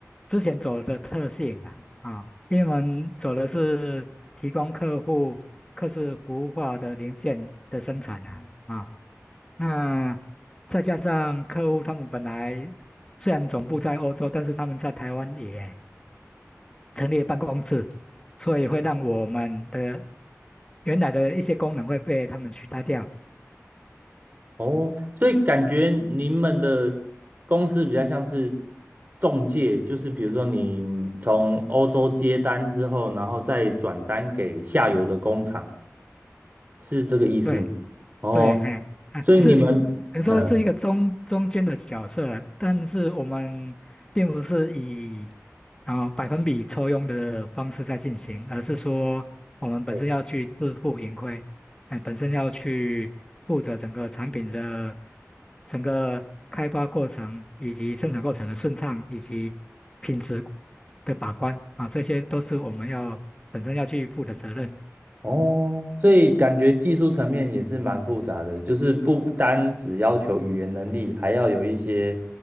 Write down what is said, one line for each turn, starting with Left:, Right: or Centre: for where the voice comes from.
Left: 之前走的特性啊，啊，因为我们走的是提供客户客制服务化的零件的生产啊，啊，那再加上客户他们本来虽然总部在欧洲，但是他们在台湾也成立了办公室，所以会让我们的原来的一些功能会被他们取代掉。
Right: 哦，所以感觉你们的公司比较像是中介，就是比如说你从欧洲接单之后，然后再转单给下游的工厂，是这个意思吗？
Left: 对。
Right: 哦，
Left: 对，哎，啊，
Right: 所以你们，
Left: 是，你说是一个中中间的角色，
Right: 嗯，
Left: 但是我们并不是以啊、百分比抽佣的方式在进行，而是说我们本身要去自负盈亏，
Right: 对
Left: 哎，本身要去负责整个产品的整个开发过程以及生产过程的顺畅以及品质的把关啊，这些都是我们要本身要去负的责任。
Right: 哦，所以感觉技术层面也是蛮复杂的，就是不单只要求语言能力，还要有一些